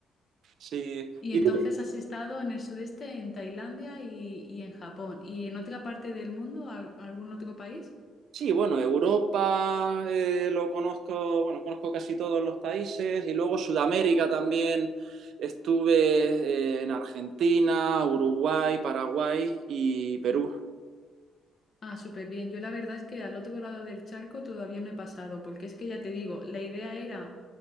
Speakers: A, on the right; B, on the left.
A: Sí.
B: Y
A: ¿Y
B: entonces
A: tú
B: has estado en el sudeste, en Tailandia y, y en Japón. ¿Y en otra parte del mundo, al- algún otro país?
A: Sí, bueno, Europa eh, lo conozco, bueno, conozco casi todos los países y luego Sudamérica también. Estuve eh, en Argentina, Uruguay, Paraguay y Perú.
B: Ah, súper bien. Yo la verdad es que al otro lado del charco todavía no he pasado, porque es que ya te digo, la idea era